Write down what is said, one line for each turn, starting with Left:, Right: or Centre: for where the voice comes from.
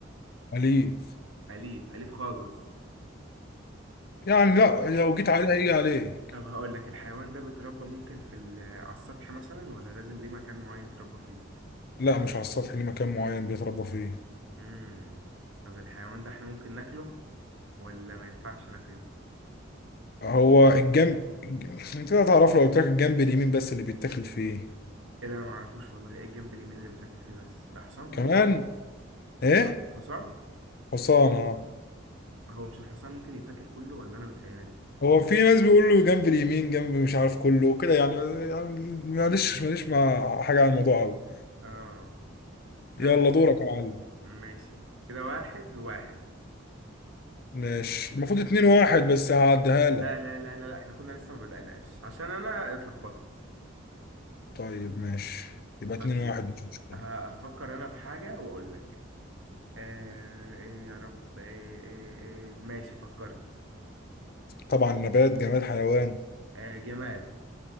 Left: أليف
Right: أليف أليف خالص
Left: يعني لا
Right: الح-
Left: لو جيت عليها يجي عليك
Right: طب هقول لك الحيوان ده بيتربى ممكن في ال... على السطح مثلا ولا لازم ليه مكان معين يتربى فيه
Left: لا مش على السطح ليه مكان معين بيتربى فيه
Right: امم طب الحيوان ده احنا ممكن ناكله ولا ما ينفعش ناكله
Left: هو الجنب الج- انت هتعرفه لو قلت لك الجنب اليمين بس اللي بيتاكل فيه
Right: ايه ده انا ما اعرفوش والله ايه الجنب اليمين اللي بتاكل فيه بس ده حصان
Left: كمان
Right: ده ولا إيه؟ حصان
Left: ايه
Right: حصان
Left: حصان اه
Right: هو مش الحصان ممكن يتاكل كله ولا انا بتهيالي
Left: هو في ناس بيقولوا جنب اليمين جنب مش عارف كله وكده يعني يعني معلش ماليش مع حاجة عن الموضوع قوي
Right: اه لا
Left: يلا
Right: بس
Left: دورك يا معلم
Right: ماشي كده واحد واحد
Left: ماشي المفروض اتنين واحد بس هعديها لك
Right: لا لا لا لا, لا. احنا كنا لسه ما بدأناش عشان انا اتلخبطت
Left: طيب ماشي يبقى
Right: طيب
Left: اتنين واحد مش مشكلة
Right: ه- هفكر انا في حاجة واقول لك آه ايه يا رب ايه ايه ايه ماشي فكرت
Left: طبعا نبات جماد حيوان
Right: آه جماد